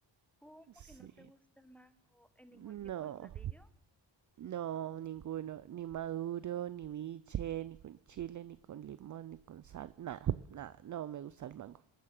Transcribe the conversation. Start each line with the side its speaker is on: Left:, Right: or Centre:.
Centre: ¿Cómo
Right: Sí,
Centre: que no te gusta el mango en ningún
Right: no,
Centre: tipo de platillo?
Right: no, ninguno, ni maduro, ni biche, ni con chile, ni con limón, ni con sal, nada, nada, no me gusta el mango.